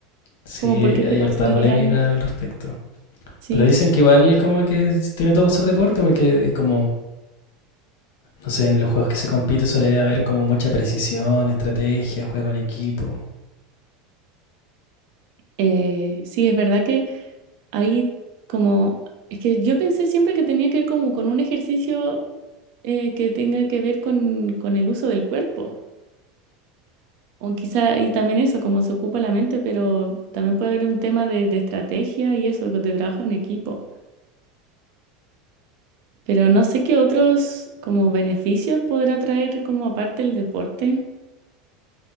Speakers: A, on the left (about 85°); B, on the right (about 65°).
A: Sí,
B: Como porque
A: hay
B: se
A: harta
B: considerarán,
A: polémica al respecto.
B: ¿sí?
A: Pero dicen que igual como que tiene todo para ser deporte porque es como, no sé, en los juegos que se compite suele haber como mucha precisión, estrategia, juego en equipo.
B: Eh, sí, es verdad que hay como, es que yo pensé siempre que tenía que ver como con un ejercicio eh, que tenga que ver con, con el uso del cuerpo, o quizá, y también eso, como se ocupa la mente, pero también puede haber un tema de, de estrategia y eso, de trabajo en equipo. Pero no sé qué otros como beneficios podrá traer como aparte el deporte.